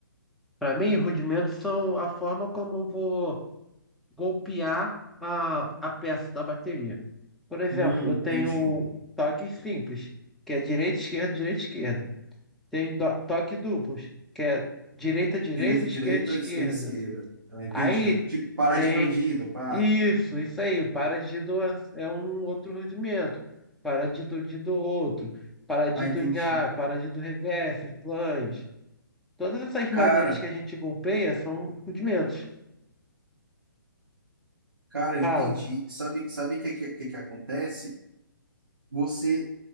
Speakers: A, in the centre; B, on the right (about 85°).
A: Para mim, rudimentos são a forma como eu vou golpear a, a peça da bateria. Por exemplo,
B: Hum,
A: eu
B: entendi.
A: tenho toques simples, que é direita, esquerda, direita, esquerda. Tenho do- toque duplos, que é direita, direita,
B: Direita,
A: esquerda,
B: direita,
A: esquerda.
B: esquerda, esquerda. Ah, entendi.
A: Aí
B: Tipo, paradinha
A: tem
B: doidida, pá.
A: isso, isso aí. Paradido é é um outro rudimento. Paradido de do outro. Paradido
B: Ah, entendi.
A: em ar, paradido reverse, flange. Todas essas
B: Cara,
A: maneiras que a gente golpeia são rudimentos.
B: cara, eu
A: Fala.
B: entendi. Sabe, sabe o que, que, que que acontece? Você,